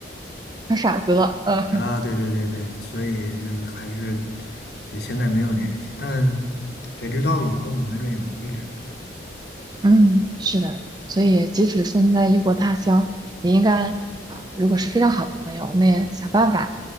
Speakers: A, on the right; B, on the left.
A: 他傻子了，呃，
B: 啊，对对对对，所以就还是对，现在没有联系，但谁知道以后呢？没准也能遇上。
A: <laughs> 嗯，是的，所以即使身在异国他乡，也应该啊、如果是非常好的朋友，我们也想办法，